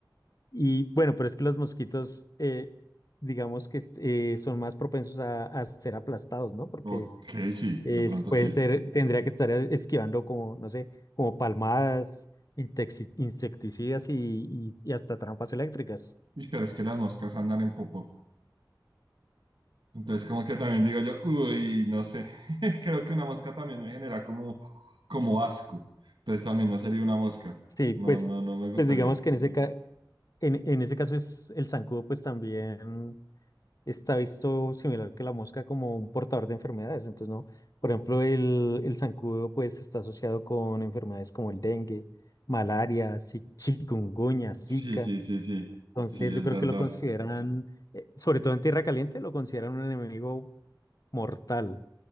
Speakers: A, on the left (about 50°); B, on the right (about 75°).
A: y bueno, pero es que los mosquitos, eh, digamos que est- eh, son más propensos a, a ser aplastados, ¿no? Porque
B: Ok, sí,
A: eh,
B: de pronto
A: pueden
B: sí.
A: ser, tendría que estar esquivando como, no sé, como palmadas, intexi- insecticidas y, y- y hasta trampas eléctricas.
B: Uy, Pero es que las moscas andan en popo. Entonces como que también digo yo, uy, no sé, <laughs> creo que una mosca también me genera como, como asco. Entonces también no sería una mosca.
A: Sí,
B: No,
A: pues,
B: no, no me gustaría.
A: pues digamos que en ese, ca- en, en ese caso es el zancudo, pues también. está visto similar que la mosca como un portador de enfermedades. Entonces, ¿no? Por ejemplo, el, el zancudo pues está asociado con enfermedades como el dengue, malaria, chi- chikungunya, Zika.
B: Sí, sí, sí, sí.
A: Entonces,
B: Sí,
A: yo
B: es
A: creo
B: verdad.
A: que lo consideran, eh, sobre todo en tierra caliente, lo consideran un enemigo mortal.